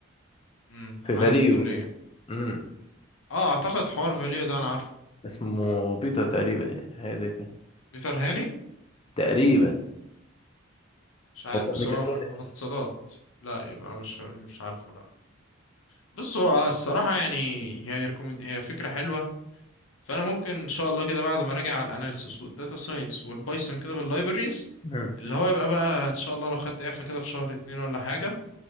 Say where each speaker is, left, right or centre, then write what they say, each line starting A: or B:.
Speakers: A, on the left; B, on the left.
A: امم
B: في
A: معانا
B: فاليو
A: في الكلية
B: امم
A: اه اعتقد حوار فاليو ده انا عارفه
B: اسمه بيتر تقريبا يعني حاجه زي كده
A: بيتر هاني
B: تقريبا
A: مش عارف
B: هو كان
A: بس
B: ميكاترونكس
A: هو في هو في اتصالات لا يبقى مش مش عارفه لا بص هو الصراحة يعني هي ريكومند هي فكرة حلوة فأنا ممكن إن شاء الله كده بعد ما أراجع على الأناليسيس والداتا ساينس والبايثون كده باللايبريز
B: امم
A: اللي هو يبقى بقى إن شاء الله لو خدت إعفاء كده في شهر اتنين ولا حاجة